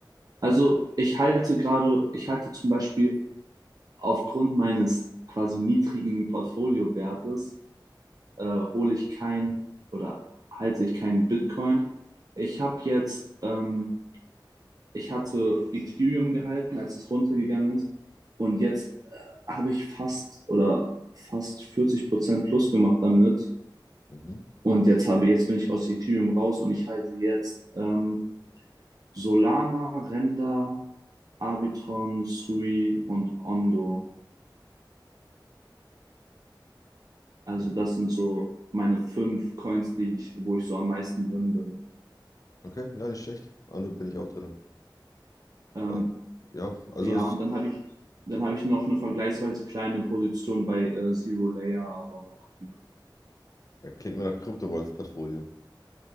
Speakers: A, on the right; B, on the left.
A: Also ich halte gerade, ich halte zum Beispiel aufgrund meines quasi niedrigen Portfoliowertes, äh, hole ich kein oder halte ich keinen Bitcoin. Ich habe jetzt, ähm, ich hatte Ethereum gehalten, als es runtergegangen ist. Und jetzt äh, habe ich fast oder fast 40% plus gemacht damit.
B: Mhm.
A: Und jetzt habe, jetzt bin ich aus Ethereum raus und ich halte jetzt ähm, Solana, Render, Arbitron, Sui und Ondo. Also
B: Okay,
A: das sind so meine fünf Coins, die ich, wo ich so am meisten drin bin.
B: Okay, ja, nicht schlecht. Ja, Und bin ich auch drin.
A: Ähm,
B: Aus- Ja, also
A: ja,
B: es
A: und dann habe ich, dann
B: klingt,
A: habe ich noch eine vergleichsweise kleine Position bei äh, Zero Layer, aber mal gucken.
B: ja, klingt mir nach Kryptowolf-Portfolio.